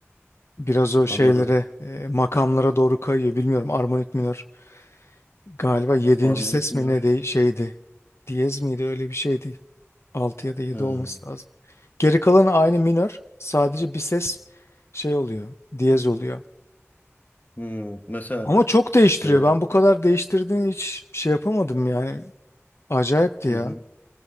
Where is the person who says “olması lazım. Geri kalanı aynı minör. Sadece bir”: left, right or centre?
Left